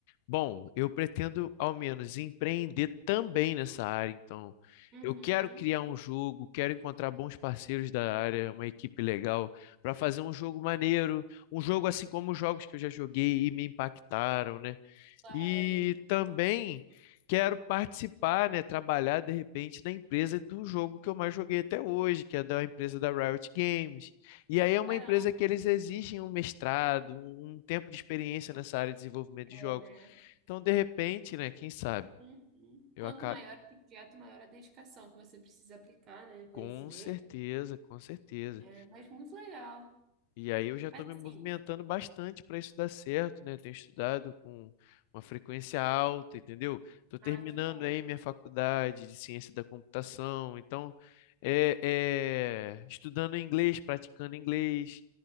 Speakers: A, on the left; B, on the right.
A: bom, eu pretendo ao menos empreender também nessa área, então
B: Uhum.
A: eu quero criar um jogo, quero encontrar bons parceiros da
B: Sim,
A: área, uma equipe legal para fazer um jogo maneiro, um jogo assim como os jogos que eu já joguei e me impactaram, né?
B: claro.
A: E também quero participar, né, trabalhar de repente na empresa do jogo que eu mais joguei até hoje, que é da empresa da Riot Games. E aí é uma
B: Caramba.
A: empresa que eles exigem um mestrado, um, um tempo de experiência nessa área de desenvolvimento de
B: É,
A: jogos.
B: né?
A: Então, de repente, né, quem sabe,
B: Uhum.
A: eu
B: Quanto
A: acabo
B: maior o projeto, maior a dedicação que você precisa aplicar, né? Conhecimento.
A: com certeza, com certeza.
B: É, mas muito legal.
A: E aí eu já estou
B: Mas
A: me
B: assim,
A: movimentando bastante para isso dar certo, né? Tenho estudado com uma frequência alta, entendeu? Estou terminando
B: Ah, que bom.
A: aí minha faculdade de ciência da computação, então é, é, estudando inglês, praticando inglês,